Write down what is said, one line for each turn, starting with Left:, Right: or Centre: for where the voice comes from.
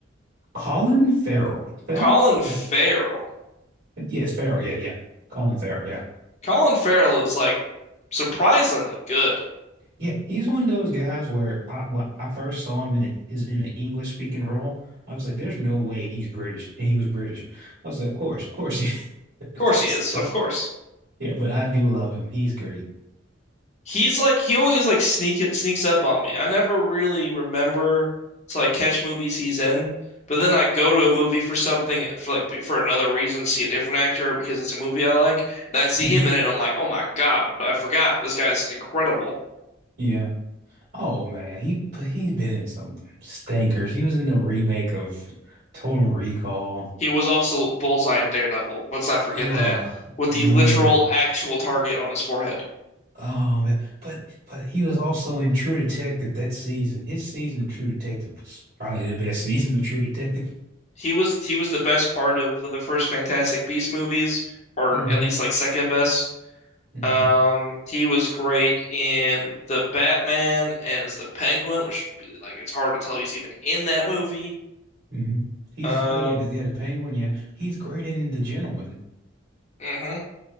Right: Colin Farrell. Fell?
Left: Colin
Right: F-
Left: Farrell.
Right: Yes, Farrell. Yeah, yeah. Colin Farrell. Yeah,
Left: Colin Farrell is like surprisingly good. Of
Right: yeah. He's one of those guys where I when I first saw him in a, is in an English speaking role. I was like, there's no way he's British, and he was British. I was like, of course, of course he
Left: course he
Right: is.
Left: is. Of
Right: <laughs>
Left: course.
Right: Yeah, but I do love him. He's great.
Left: He's like he always like sneak sneaks up on me. I never really remember to like catch movies he's in, but then I go to a movie for something for like for another reason, see a different actor because it's a movie I like, and I see
Right: Mhm.
Left: him in it, and I'm like, oh my God, I forgot this guy's incredible.
Right: Yeah. Oh man, he but he's been in some stankers. He was in the remake of Total Recall.
Left: He was also Bullseye in Daredevil. Let's not forget
Right: Ugh.
Left: that with
Right: Ugh.
Left: the literal actual target on his forehead.
Right: Oh man. But but he was also in True Detective that season. His season of True Detective was probably the best <laughs> season of True Detective.
Left: He was he was the best part of the first Fantastic Beast movies, or
Right: hmm
Left: at least like second best.
Right: hmm
Left: Um, he was great in the Batman as the Penguin, which like it's hard to tell he's even in that movie.
Right: hmm He's
Left: Um,
Right: oh yeah, the, yeah, the Penguin, yeah. He's great in The Gentleman.
Left: hmm